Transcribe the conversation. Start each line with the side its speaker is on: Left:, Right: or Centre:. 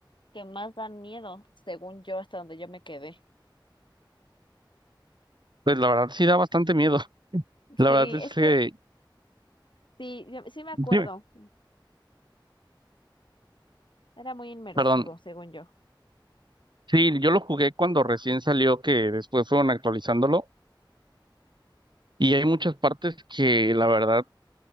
Left: que más dan miedo, según yo, hasta donde yo me quedé.
Right: Pues la verdad sí da bastante miedo. <laughs> La
Left: Sí,
Right: verdad es
Left: es
Right: que,
Left: que sí, yo- sí me acuerdo.
Right: dime,
Left: Era muy inmersivo,
Right: perdón,
Left: según yo.
Right: sí, yo lo jugué cuando recién salió, que después fueron actualizándolo, y hay muchas partes que la verdad